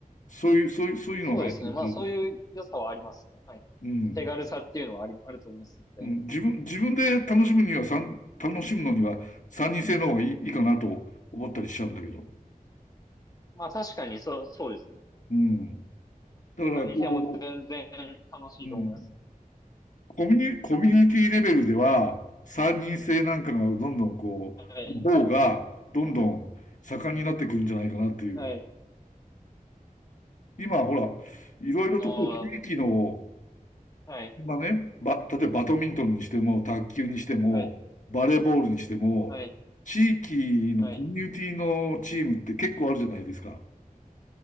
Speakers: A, on the left; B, on the left.
A: そういう、そういう、そういうのがあると、
B: そうですね。まあそういう良さはありますね。はい。
A: うん。
B: 手軽さっていうのはあり、あると思います。絶対に
A: うん、自分、自分で楽しむには、さん楽しむのには三人制の方がいい、いいかなと思ったりしちゃうんだけど。
B: まあ確かにそう、そうですね。
A: うん。だから、
B: 3人制も全然楽しいと思います。
A: こう、うん、コミュニ、コミュニティレベルでは、三人制なんかがどんどんこう、
B: はい。
A: の方が、どんどん盛んになってくるんじゃないかなっていう。
B: はい。
A: 今、ほら、いろいろとこう地域の
B: ああ、はい。
A: まあね、ば、例えばバドミントンにしても、卓球にしても、
B: はい。
A: バレーボールにしても、
B: はい、
A: 地域のコミュニティのチームって結構あるじゃないですか。
B: はい、